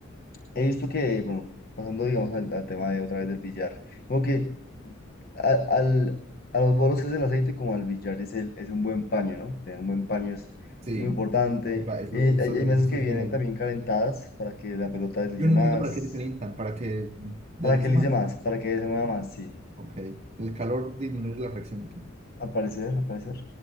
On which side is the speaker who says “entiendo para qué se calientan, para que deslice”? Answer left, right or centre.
Right